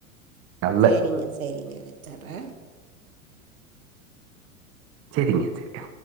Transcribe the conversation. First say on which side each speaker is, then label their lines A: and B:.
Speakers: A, on the right; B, on the right.
A: கால்ல.
B: சேரிங்க சேரிங்க வெச்சுறே
A: சேரிங்க சேரிங்க